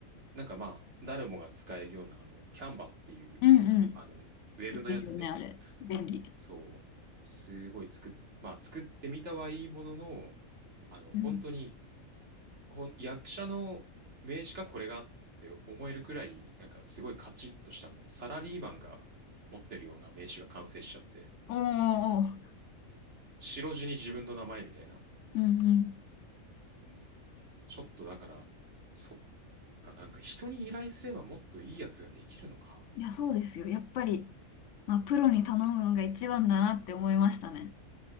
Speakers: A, on the right; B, on the left.
A: なんかまあ、誰もが使えるような、あの、キャンバっていう、
B: うんうん。
A: あの、ウェブのやつで、
B: いいですよね、あれ。便利。
A: そう、すごい作っ、まあ、作ってみたはいいものの、あの、
B: うん。
A: 本当に、ほん、役者の名刺かこれがって思えるくらい、なんかすごいカチッとしたあの、サラリーマンが持ってるような名刺が完成しちゃって、
B: おーおーおー、
A: うん。白地に自分の名前みたいな。
B: うんうん。
A: うん。ちょっとだから、そっか、なんか人に依頼すればもっといいやつができるのか。
B: いや、そうですよ。やっぱり、まあ、プロに頼むのが一番だなって思いましたね。